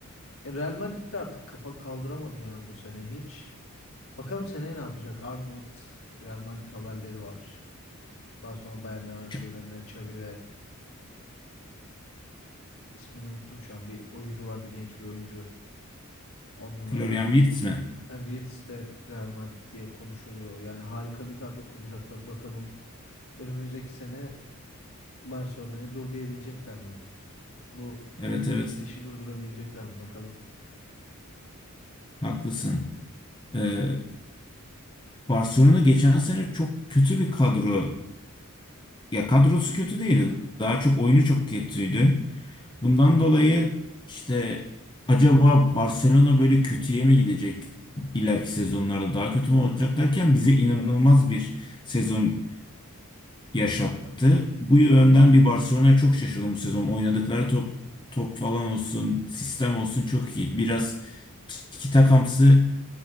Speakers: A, on the left; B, on the left.
A: E, Real Madrid de artık kafa kaldıramadı yani bu sene hiç. Bakalım seneye ne yapacak? Arnold, Real Madrid haberleri var. Daha sonra Bayer Leverkusen'den
B: Ç-
A: Xavi ve İsmini unuttum şu an. Bir oyuncu vardı genç bir oyuncu. on numara.
B: Florian Wirtz mi?
A: Yani Wirtz de Real Madrid diye konuşuluyor. Yani harika bir kadro kuracaklar. Bakalım önümüzdeki sene Barcelona'ya dur diyebilecekler mi? Bu
B: Evet evet
A: gidişi durdurabilecekler mi bakalım.
B: haklısın. Ee, Barcelona geçen sene çok kötü bir kadro. Ya kadrosu kötü değildi. Daha çok oyunu çok kötüydü. Bundan dolayı işte acaba Barcelona böyle kötüye mi gidecek ileriki sezonlarda daha kötü mü olacak derken bize inanılmaz bir sezon yaşattı. Bu yönden bir Barcelona'ya çok şaşırdım bu sezon. Oynadıkları top top falan olsun, sistem olsun çok iyi. Biraz tiki takamsı